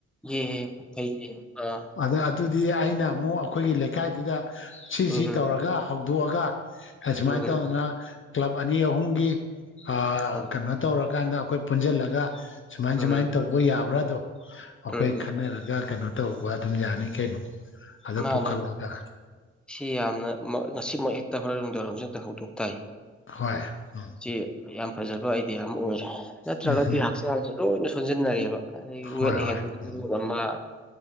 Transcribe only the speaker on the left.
ꯑꯥꯗ ꯑꯗꯨꯗꯤ ꯑꯩꯅ ꯑꯃꯨꯛ ꯑꯩꯈꯣꯏꯒꯤ ꯂꯩꯀꯥꯏꯗꯨꯗ ꯁꯤꯁꯤ
ꯇꯧꯔꯒ ꯍꯧꯗꯣꯛꯑꯒ ꯑꯁꯨꯃꯥꯏꯟ
ꯇꯧꯗꯅ ꯀ꯭ꯂꯕ ꯑꯅꯤ ꯑꯍꯨꯝꯒꯤ ꯑꯥ
ꯀꯩꯅꯣ ꯇꯧꯔꯀꯥꯟꯗ ꯑꯩꯈꯣꯏ ꯄꯨꯟꯖꯤꯜꯂꯒ ꯁꯨꯃꯥꯏꯟ
ꯁꯨꯃꯥꯏꯟ ꯇꯧ ꯃꯣꯏ ꯌꯥꯕ꯭ꯔꯥꯗꯣ ꯑꯩꯈꯣꯏ
ꯈꯟꯅꯔꯒ ꯀꯩꯅꯣ ꯇꯧꯕ ꯑꯗꯨꯝ ꯌꯥꯅꯤ ꯀꯩꯅꯣ ꯑꯗꯣ
ꯄꯨꯣꯈꯠꯂꯒ
ꯍꯣꯏ ꯑꯝ
ꯎꯝ ꯍꯝ
ꯍꯣꯏ
ꯍꯣꯏ
ꯎꯝ